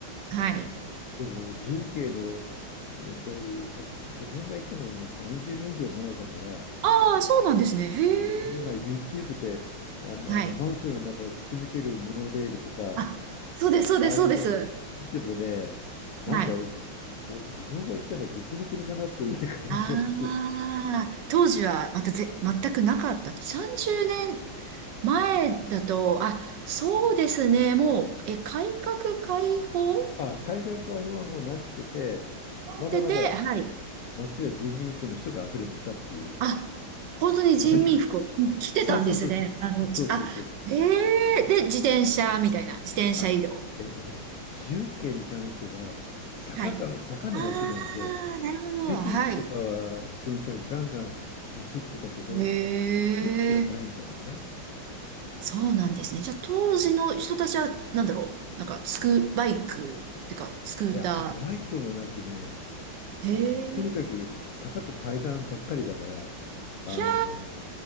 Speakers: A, on the right (about 70°); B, on the left (about 80°).
A: はい。
B: でも重慶の、えだ自分が行ったのも30年以上前だから、
A: ああ、そうなんですね。へ
B: あの今 YouTube
A: え。
B: でああのマンションの中を突き抜けるモノレールとか、
A: はい。あ、そうです、そうです、
B: ああいうの
A: そうです。
B: 見てもね、なんか
A: はい。あ
B: お自分が行ったのは別の国かなという感じがして、
A: あ、当時はまたぜ、全くなかった。30年前だと、あ、そうですね。もう、え、改革開放
B: あ、改革開放はもうなってて、
A: 持ってて、
B: まだまだ
A: はい。
B: 街は人民服の人が溢れてたっていう、
A: あ、本当に人民服を着てたんですね。
B: そういうこと。<laughs> そうそうそうそう。
A: あの、
B: そうそうそうそう。
A: つあ、ええで、自転車みたいな、自転車移動。
B: あ、えっとね、重慶に関しては、坂が、
A: はい。ああ、
B: 坂の街なんで、
A: なるほど。
B: 北京とかは自転車がガンガン走走ってたけど、
A: はい。ええ
B: 重慶はないんだよね。
A: そうなんですね。じゃあ、当時の人たちは、なんだろう。なんか、スク、バイクっていうか、スクータ
B: いや、バイクもなくね、
A: ー。
B: あの、
A: へえ。
B: とにかく坂と階段ばっかりだから、あの、
A: ひゃ